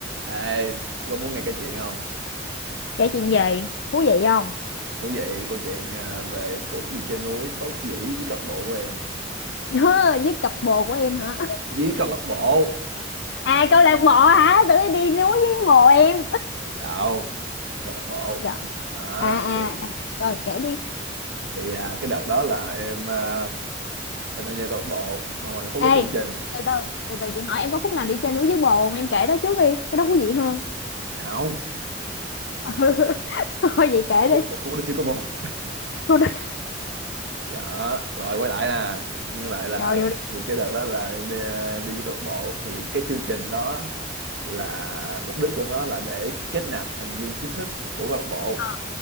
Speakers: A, on the right (about 65°); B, on the left (about 65°).
A: Ê, có muốn nghe cái chuyện không?
B: kể chuyện gì thú vị không
A: Thú vị câu chuyện à, về cuộc đi trên núi bất đắc dĩ với câu lạc bộ của em
B: <laughs> với cặp bồ của em hả
A: với câu lạc bộ
B: à câu lạc bộ hả tự nhiên đi núi với bồ em
A: không câu lạc bộ
B: Dạ.
A: à,
B: à à
A: thì
B: à. rồi kể đi
A: thì à, cái đợt đó là em à, em tham gia câu lạc bộ xong rồi nó có
B: ê
A: cái chương trình
B: từ từ từ từ chị hỏi em có khúc nào đi chơi núi với bồ không em kể đó trước đi cái đó thú vị hơn
A: không
B: Ừ. <laughs> thôi vậy kể
A: khúc
B: đi
A: khúc khúc đó chưa có bồ
B: Cô đó
A: đó <laughs> rồi quay lại nè quay lại là
B: vô vô đi
A: thì cái đợt đó là em đi à, em đi với câu lạc bộ thì cái chương trình đó là mục đích của nó là để kết nạp thành viên chính thức của câu lạc bộ
B: Ờ,